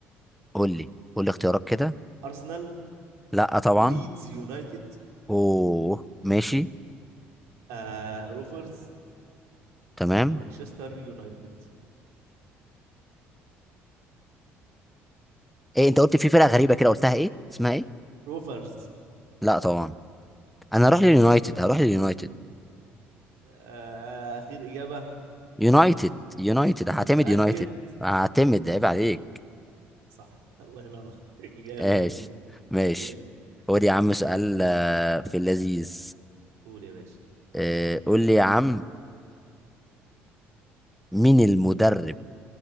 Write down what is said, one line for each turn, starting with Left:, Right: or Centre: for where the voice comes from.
Centre: قول لي قول لي اختيارات كده
Right: ارسنال
Centre: لا طبعا
Right: ليدز يونايتد
Centre: اوه ماشي
Right: آه روفرز
Centre: تمام
Right: مانشستر يونايتد
Centre: ايه انت قلت في فرقه غريبه كده قلتها ايه اسمها ايه
Right: روفرز
Centre: لا طبعا انا هروح
Right: ماشي
Centre: لليونايتد هروح لليونايتد
Right: آه، اخير اجابه
Centre: يونايتد يونايتد هعتمد
Right: متاكد
Centre: يونايتد هعتمد عيب عليك
Right: صح الله ينور <laughs> جامد
Centre: ماشي
Right: يا
Centre: ماشي
Right: جامد
Centre: خد يا عم سؤال
Right: ها
Centre: آه، في اللذيذ
Right: قول يا باشا
Centre: آه، قول لي يا عم مين المدرب